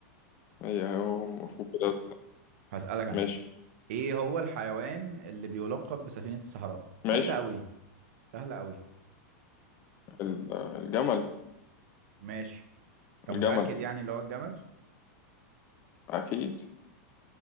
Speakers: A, on the left; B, on the right.
A: هي هو المفروض كده
B: هسألك أنا
A: ماشي
B: إيه هو الحيوان اللي بيلقب بسفينة الصحراء؟ سهلة
A: ماشي
B: أوي سهلة أوي
A: ال- الجمل
B: ماشي أنت
A: الجمل
B: متأكد يعني اللي هو الجمل؟
A: أكيد